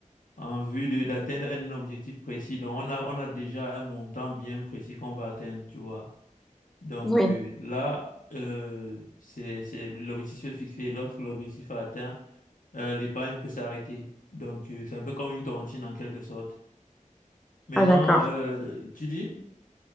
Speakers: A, on the left; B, in the centre.
A: en vue de d'atteindre un objectif précis. Donc, on a, on a déjà un montant bien précis qu'on va atteindre, tu vois. Donc
B: oui.
A: euh, là, euh, c'est, c'est, l'objectif est fixé. Lorsque l'objectif est atteint, euh, l'épargne peut s'arrêter. Donc, euh, c'est un peu comme une tontine en quelque sorte. Maintenant,
B: Ah, d'accord.
A: euh, tu dis?